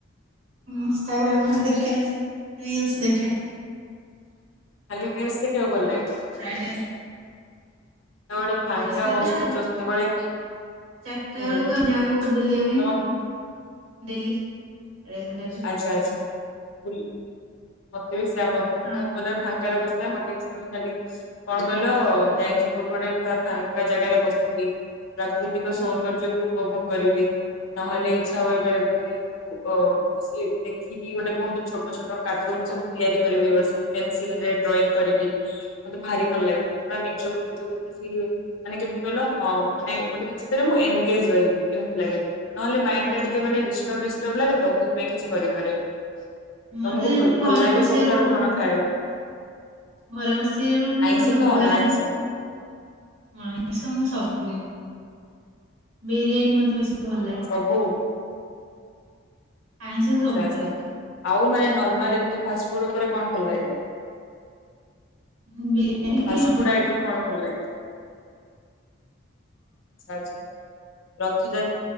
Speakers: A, on the right (about 75°); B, on the left (about 80°).
A: ଇଷ୍ଟଟାଗ୍ରାମ <unintelligible> ରିଲ୍ସ ଦେଖେ
B: ଖାଲି ରିଲ୍ସ ଦେଖିବାକୁ ଭଲ ଲାଗେ
A: ଫ <inaudible>
B: ଯେତେବେଳେ ଫାଙ୍କା
A: ରିଲ୍ସ ଦେଖେ
B: ବସୁଛ
A: ଆଉ।
B: ସେତେବେଳେ
A: ଚାରିଟା
B: ହୁଁ
A: ବେଳକୁ
B: ହୁଁ
A: ଆମେ ଯାଉ ବୁଲିବା ପାଇଁ
B: ତମ
A: ଡେଲି ରେଗୁଲାରଲି
B: ଆଚ୍ଛା ଆଚ୍ଛା ବୁଲ ମତେ ବି ସେୟା ମତେ
A: ହଁ
B: ବି <unintelligible> ମୁଁ ଫାଙ୍କାରେ ବସିଥାଏ ମତେ ଇଛା ହୁଏ ଖାଲି କଣ କହିଲ ଯାଇକି କୋଉଠି ଗୋଟେ ପୁରା ଫାଙ୍କା ଜାଗାରେ ବସିବି ପ୍ରାକୃତିକ ସୌନ୍ଦର୍ଯ୍ୟକୁୁ ଉପଭୋଗ କରିବି ନହେଲେ ଇଚ୍ଛା ହୁଏ ବେଳେବେଳେ ଯଉ କିଛି ଦେଖିକି ଗୋଟେ କୋଉଠୁ ଛୋଟ ଛୋଟ କାର୍ଟୁନ ସବୁ ତିଆରି କରିବି ବସିକି ପେନସିଲ ରେ ଡ୍ରଇଂ କରିବି। ମତେ ଭାରି ଭଲ ଲାଗେ ଯେତେବେଳେ ନିଜକୁ ନିଜ କେତେ ଫିଲ ହୁଏ ମାନେ କେମିତି କହିଲ। ହଁ ମାନେ ଗୋଟେ କିଛି ରେ ମୁଁ ଏନଗେଜ ରହିବି ଏମିତି ଲାଗେ। ନହେଲେ ମାଇଣ୍ଡ ଟା ଟିକେ ମାନେ ଡିଷ୍ଟପ୍ ଡିଷ୍ଟପ୍ ଲାଗେ ତ ମୁଁ ସେଥିପାଇଁ କିଛି କରିପାରେନି।
A: ମତେ
B: ତମକୁ
A: ଏମିତି
B: ଭଲ
A: ଘରେ
B: ଲାଗେ
A: ବସିବାକୁ
B: ସବୁଠାରୁ କଣ ଖାଇବାକୁ?
A: ଘରେ ବସି ବା
B: ଆଇଁଷ
A: ମତେ
B: ଖାଅନା
A: ଭଲ ଲାଗେନି।
B: ଆଇଁଷ
A: ମଇଁଷ ମୁଁ ସବୁ ବିରିୟାନୀ ମତେ ବେଶୀ ଭଲ ଲାଗେ
B: <unintelligible>
A: ଆଇଁଷ ସବୁ
B: ଆଛା
A: ଖାଏ।
B: ଆଛା ଆଉ ମାନେ ନର୍ମାଲି ଏମିତି ଫାଷ୍ଟଫୁଡ ଉପରେ କଣ ଭଲ ଲାଗେ
A: ହୁଁ ବିରିୟାନୀ
B: ଫାଷ୍ଟଫୁଡ
A: ହଁ
B: ଆଇଟମ୍ କଣ ଭଲ ଲାଗେ ଆଛା ଆଛା ରଥଯାତା